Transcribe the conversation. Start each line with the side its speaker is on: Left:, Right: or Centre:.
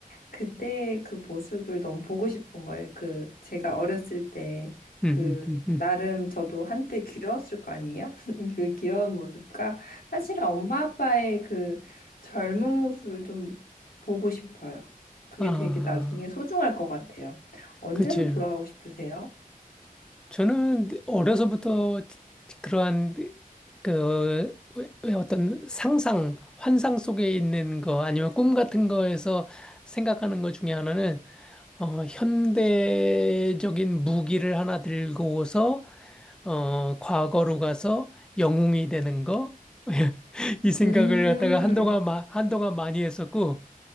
Left: 그때 그 모습을 너무 보고 싶은 거예요. 그 제가 어렸을 때
Centre: 음, 음,
Left: 그
Centre: 음. 음.
Left: 나름 저도 한때 귀여웠을 거 아니에요? <laughs> 그 귀여운 모습과 사실은 엄마 아빠의 그 젊은 모습을 좀 보고 싶어요. 그게
Centre: 아,
Left: 되게 나중에 소중할 것 같아요. 언제로
Centre: 그치.
Left: 돌아가고 싶으세요?
Centre: 저는 어려서부터 그러한 그 왜 왜 어떤 상상, 환상 속에 있는 거 아니면 꿈 같은 거에서 생각하는 것 중에 하나는 어, 현대적인 무기를 하나 들고서 어, 과거로 가서 영웅이 되는 거. <laughs> 이 생각을
Left: 음.
Centre: 갖다가 한동안, 마- 한동안 많이 했었고,